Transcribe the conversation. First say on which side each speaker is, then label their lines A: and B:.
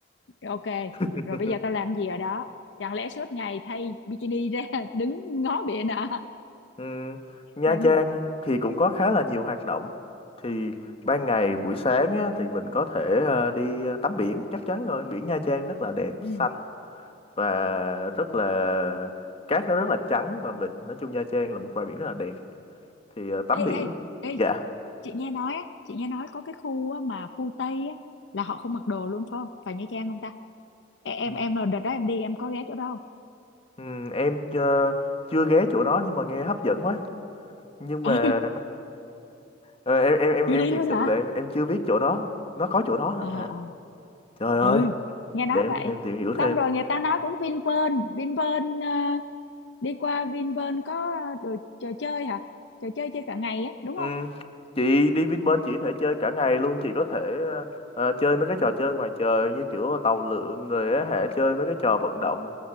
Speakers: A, on the left (about 70°); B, on the left (about 30°).
A: ok
B: <laughs>
A: rồi bây giờ tao làm gì ở đó chẳng lẽ suốt ngày thay bikini ra <laughs> đứng ngó biển à
B: Ừm, Nha
A: làm
B: Trang
A: gì
B: thì cũng có khá là nhiều hoạt động. Thì ban ngày buổi sáng á, thì mình có thể ờ, đi ờ, tắm biển, chắc chắn rồi. Biển Nha Trang rất là đẹp,
A: ừ.
B: xanh và rất là cát nó rất là trắng và mình nói chung Nha Trang là một bãi biển rất là đẹp thì ờ, tắm
A: ê
B: biển
A: ê ê
B: dạ
A: chị nghe nói á chị nghe nói có cái khu á, mà khu Tây á là họ không mặc đồ luôn phải không phải Nha Trang không ta Ê, em
B: ừ.
A: em đợt đó em đi em có ghé chỗ đó
B: Ừ, em ờ, chưa ghé chỗ đó nhưng mà nghe hấp dẫn quá nhưng
A: ừ
B: mà ờ, em
A: <laughs>
B: em em
A: chưa
B: em
A: đi
B: thiệt
A: luôn
B: sự
A: hả
B: là em em chưa biết chỗ đó nó có chỗ đó luôn
A: ờ
B: hả
A: ờ
B: trời ơi
A: ừ nghe nói
B: để em
A: vậy
B: để em tìm hiểu thêm
A: xong rồi người ta nói cũng Vinpearl Vinpearl ờ, đi qua Vinpearl có ờ, đồ trò chơi hả trò chơi chơi cả ngày á đúng
B: ừ.
A: không
B: chị đi Vinpearl chị có thể chơi cả ngày luôn chị có thể ờ, ờ, chơi mấy cái trò chơi ngoài trời như kiểu tàu lượn rồi á hả chơi mấy cái trò vận động